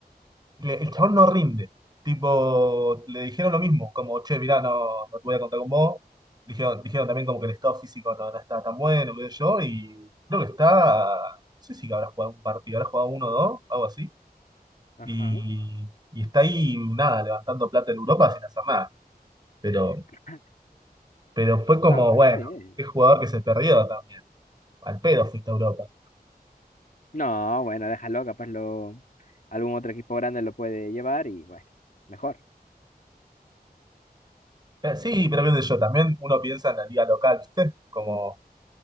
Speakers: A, on the right (about 25°); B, on the left (about 55°).
A: le- el chabón no rinde. Tipo, le dijeron lo mismo, como, che, mirá, no, no te voy a contar con vos. Dijeron, dijeron también como que el estado físico no, no está tan bueno, qué sé yo, y creo que está, no sé si habrá jugado un partido, habrá jugado uno o dos, algo así,
B: ajá.
A: y, y está ahí, nada, levantando plata en Europa sin hacer nada. Pero,
B: <laughs>
A: pero fue como,
B: no pues
A: bueno,
B: está bien.
A: qué jugador que se perdió también. Al pedo fuiste a Europa.
B: No, bueno, déjalo, capaz lo algún otro equipo grande lo puede llevar y bueno, mejor.
A: Eh, Sí, pero qué sé yo, también uno piensa en la liga local, ¿viste? Como...